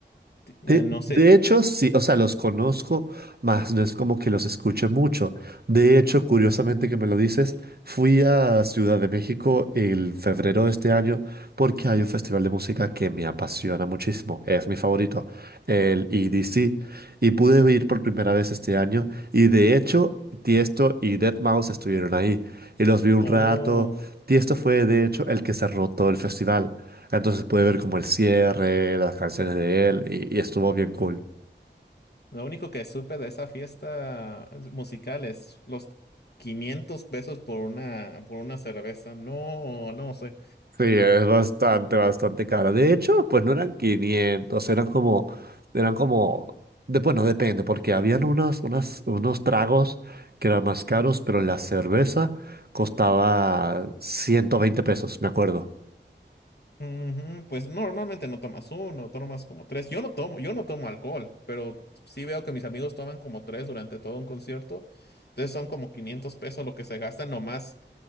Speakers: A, on the left; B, on the right.
A: ti- eh,
B: De,
A: no sé.
B: de hecho, sí, o sea, los conozco, más no es como que los escuche mucho. De hecho, curiosamente que me lo dices, fui a Ciudad de México el febrero de este año porque hay un festival de música que me apasiona muchísimo, es mi favorito, el EDC, y pude ir por primera vez este año y de hecho, Tiesto y deadmau5 estuvieron ahí y los vi un
A: Oh,
B: rato. Tiesto fue de hecho el que cerró todo el festival. Entonces pude ver como el cierre, las canciones de él y, y estuvo bien cool.
A: lo único que supe de esa fiesta musical es los 500 pesos por una, por una cerveza. No, no sé.
B: Sí, es bastante, bastante cara. De hecho, pues no eran 500, eran como, eran como, de, bueno, depende, porque habían unos, unas, unos tragos que eran más caros, pero la cerveza costaba 120 pesos, me acuerdo.
A: Ujú, Pues no, normalmente no tomas uno, tomas como tres. Yo no tomo, yo no tomo alcohol, pero sí veo que mis amigos toman como tres durante todo un concierto. Entonces son como 500 pesos lo que se gasta nomás